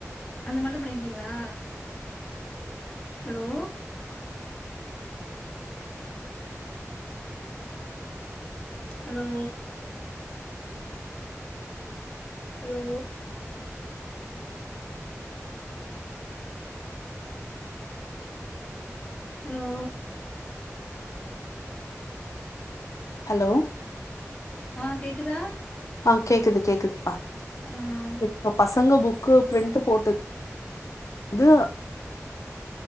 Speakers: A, on the left; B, on the left.
A: அந்த மாரிதான் பண்ணிருக்கீங்களா hello hello hello hello
B: hello
A: ஆ கேக்குதா
B: ஆ கேக்குது கேக்குதுப்பா
A: ஆ
B: இ பசங்க புக் கு பிரண்ட் போட்டு வந்து